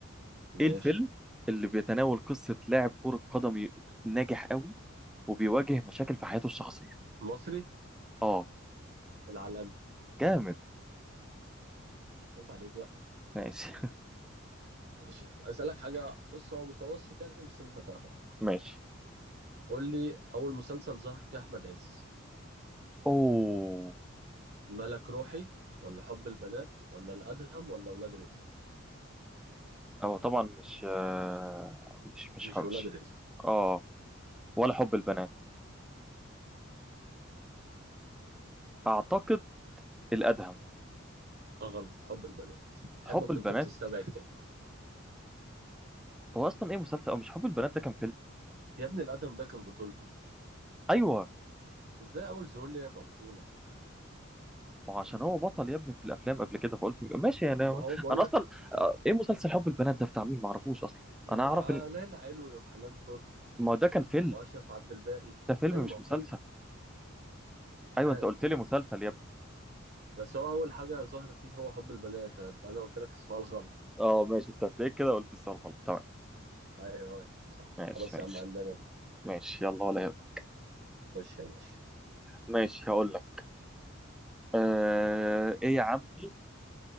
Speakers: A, on the right; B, in the centre.
A: ماشي
B: ايه الفيلم اللي بيتناول قصة لاعب كرة قدم ي- ناجح قوي وبيواجه مشاكل في حياته الشخصية
A: مصري
B: اه
A: العالمي
B: جامد
A: عيب عليك بقى
B: ماشي
A: ماشي يعني. أسألك حاجة بص هو متوسط يعني بس أنت تعرف
B: <laughs> ماشي
A: قول لي أول مسلسل ظهر فيه أحمد عز
B: اوه
A: ملك روحي ولا حب البنات ولا الأدهم ولا ولاد رزق
B: هو طبعا مش آه، مش مش
A: مش ولاد
B: مش
A: رزق
B: اه ولا حب البنات اعتقد الادهم
A: غلط حب البنات حبك
B: حب البنات
A: وأنت بتستبعد كده
B: هو اصلا ايه مسلسل او مش حب البنات ده كان فيلم
A: يا ابني الأدهم ده كان بطولته
B: ايوه
A: ازاي اول ظهور ليه يبقى بطولة
B: ما هو عشان هو بطل يا ابني في الافلام قبل كده فقلت يبقى ماشي انا
A: ما هو بقول
B: انا
A: لك
B: اصلا آه، ايه مسلسل حب البنات ده بتاع مين ما اعرفوش اصلا
A: بتاع
B: انا اعرف ان
A: ليلى علوي وحنان ترك
B: ما هو ده كان فيلم
A: واشرف عبد الباقي
B: ده فيلم
A: ايوه
B: مش
A: ما هو
B: مسلسل
A: فيلم مش
B: ايوه
A: عارف
B: انت قلت
A: والله
B: لي مسلسل يا ابني
A: بس هو اول حاجة ظهر فيه هو حب البنات انا أنا قلت لك السؤال غلط
B: اه ماشي انت هتلاقيك كده قلت السؤال غلط تمام
A: ايوه ايوه صح
B: ماشي
A: خلاص
B: ماشي
A: يا عم عندنا دي
B: ماشي يلا ولا يهمك
A: خش يا باشا
B: ماشي هقول لك آه... ايه يا عمي